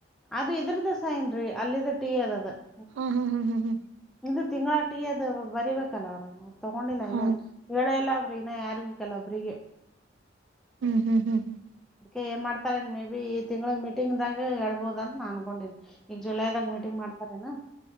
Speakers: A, in the centre; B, on the right.
A: ಅದು ಇದರದ ಸೈನ್ರಿ ಅದು <unintelligible>
B: ಹ್ಮ್, ಹ್ಮ
A: ಇದು ತಿಂಗಳಟಿ, ಎದಬರಿಬೇಕಲ್ಲ ಅವ್ರು ತಗೊಂಡಿಲ್ಲ
B: ಹಾ
A: ಇನ
B: ಹಾ ಹ
A: ಹೇಳೆ ಇಲ್ಲ. ಇನ್ನಾ ಯಾರಿಗೂ ಕೆಲೊಬ್ರಿಗೆ.
B: ಹ್ಮ್, ಹ್ಮ್, ಹ್ಮ್, ಹ್ಮ್
A: ಏನ್ ಮಾಡ್ತಾರೇನ್, ಮೇ ಬಿ ಈ ತಿಂಗಳದಗ್ ಮೀಟಿಂಗ್ ದಾಗ ಹೇಳ್ಬೋದ ಅಂತ ನಾನ್ ಅನ್ಕೊಂಡನಿ. ಈಗ ಜುಲೈದಾಗ ಮೀಟಿಂಗ್ ಮಾಡ್ತಾರೇನಾ